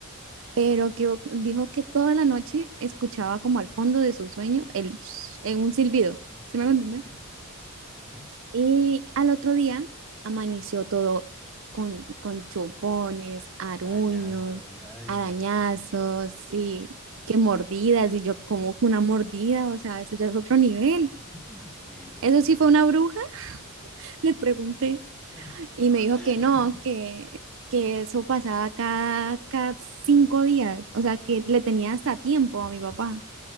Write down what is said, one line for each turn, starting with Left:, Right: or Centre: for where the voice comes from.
Right: Pero que dijo que toda la noche escuchaba como al fondo de su sueño el, en un silbido.
Centre: Muchos
Right: ¿Sí
Centre: videos,
Right: me entendés?
Centre: ¿no? Ujú.
Right: Y al otro día amaneció todo con, con chupones, aruños,
Centre: Arañazos, ay,
Right: arañazos
Centre: qué madre.
Right: y que mordidas. Y yo, como que una mordida? O sea, eso ya es otro nivel.
Centre: <laughs> Sí, what
Right: ¿Eso
Centre: the fuck.
Right: sí fue una bruja? <laughs> Le pregunté.
Centre: <laughs>
Right: Y me dijo que no,
Centre: Caras.
Right: que, que eso pasaba cada, cada cinco días. O sea, que le tenía hasta tiempo a mi papá.